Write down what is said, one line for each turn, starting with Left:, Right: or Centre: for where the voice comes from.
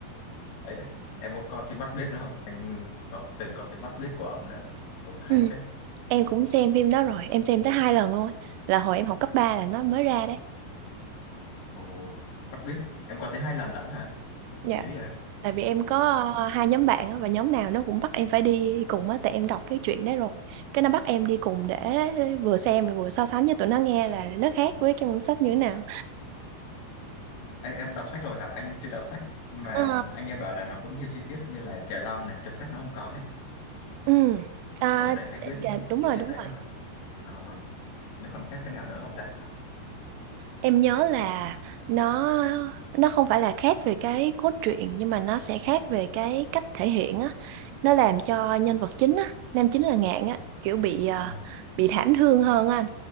Left: đấy em có coi phim mắt biếc nữa không anh có từng coi phim mắt biếc của ông nữa cũng hay
Right: Ừ.
Left: phết
Right: em cũng xem phim đó rồi em xem tới hai lần luôn là hồi em học cấp 3 là nó mới ra đấy
Left: Ồ, bắt biết. Em có tới hai lần lận hả?
Right: Dạ.
Left: như vậy?
Right: Tại vì em có ờ, hai nhóm bạn á, và nhóm nào nó cũng bắt em phải đi cùng á, tại em đọc cái chuyện đấy rồi. Cái nó bắt em đi cùng để vừa xem là vừa so sánh cho tụi nó nghe là nó khác với cái môn sách như thế nào.
Left: Anh em đọc sách rồi hả? Anh chưa đọc sách mà
Right: Ờ,
Left: anh nghe bảo là nó có nhiều chi tiết như là trà long này, chấm sách nó không có này.
Right: ừ. À,
Left: Ở đấy anh
Right: dạ,
Left: biết
Right: dạ, đúng
Left: chi
Right: rồi,
Left: tiết
Right: đúng
Left: đấy
Right: rồi.
Left: thôi. Ờ, nó còn khác cái nào nữa không ta?
Right: Em nhớ là nó nó không phải là khác về cái cốt truyện nhưng mà nó sẽ khác về cái cách thể hiện á. Nó làm cho nhân vật chính á, nam chính là Ngạn á, kiểu bị ờ,
Left: Ờ,
Right: bị thảm thương hơn á anh.